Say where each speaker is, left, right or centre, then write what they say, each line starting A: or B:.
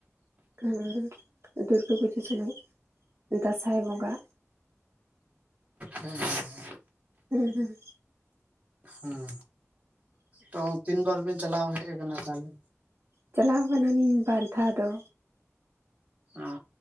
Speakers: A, on the right; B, on the right.
A: ᱦᱮᱸ, ᱫᱩᱨᱜᱟᱹ ᱯᱩᱡᱟᱹ ᱥᱚᱢᱚᱭ ᱫᱟᱸᱥᱟᱭ ᱵᱚᱸᱜᱟ,
B: ᱦᱮᱸ ᱦᱮᱸ ᱦᱮᱸ
A: ᱦᱩᱸ ᱦᱩᱸ
B: ᱦᱮᱸ ᱛᱚ ᱛᱤᱱ ᱵᱟᱨ ᱵᱤᱱ ᱪᱟᱞᱟᱣ ᱦᱮᱡ ᱠᱟᱱᱟ ᱛᱟᱦᱚᱞᱮ,
A: ᱪᱟᱞᱟᱣ ᱠᱟᱱᱟᱞᱤᱧ ᱵᱟᱨ ᱫᱷᱟᱣ ᱫᱚ,
B: ᱚ